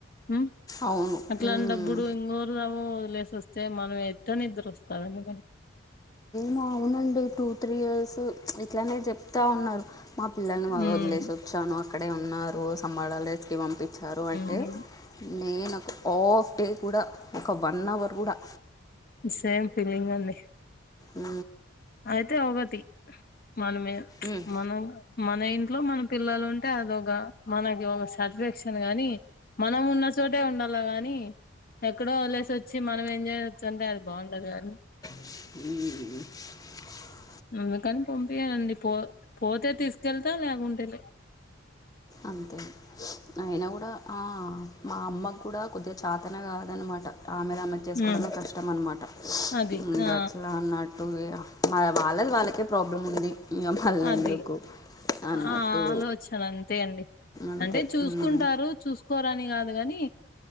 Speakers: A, on the left; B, on the left.
A: మ్
B: అవును
A: అట్లాపుడు
B: మ్మ్.
A: ఇంగోరము వదిలేసోస్తే మనమ్ ఎట్ల నిద్రోస్తాదండి
B: మ్ అవునండి టూ త్రీ ఇయర్స్ మ్ ఇట్లానే చెప్తా ఉన్నారు మా పిల్లల్ని
A: ఉమ్
B: వదిలేసి వచ్చాను అక్కడే ఉన్నారు అంబడాలేస్కి పంపించారు అంటే
A: ఉమ్
B: నేను ఆఫ్ టే కూడా ఒక వన్ అవర్ కూడా
A: సేమ్ ఫీలింగ్ అండి
B: ఉ
A: అయితే ఒకటి మనమే
B: మ్మ్.
A: మనం మన ఇంట్లో మనం పిల్లలు ఉంటే అదోక మనకి ఒక సాటిస్ఫాక్షన్ గాని మనం ఉన్న చోటే ఉండాలీ గాని ని ఎక్కడో వదిలేసోచ్చి మనం ఎంజాయ్ చేయోచ్చంటే అది బాగుండదు కని
B: ఉ
A: అందుకని పంపియనండి పో పోతే తీసుకెళ్తా లేకుంటే లే
B: అంతే అయన కూడా ఆ మా అమ్మ కూడా కొద్దిగా చాతన కాదన్నమాట ఆమెదామె చేసుకోవడమే
A: ఉమ్
B: కష్టం అన్నమాట
A: అది
B: మ్
A: ఆ
B: అట్లాన్న టు ఇగ వాళ్ళది వాళ్ళకే ప్రాబ్లం ఉంది ఇగ మళ్ళీ
A: అది
B: ఎందుకు అన్నట్టు
A: ఆ ఆలోచన అంతే
B: అంతే
A: అంటే చూసుకుంటారు
B: ఉమ్,
A: చూసుకోరని కాదు కాని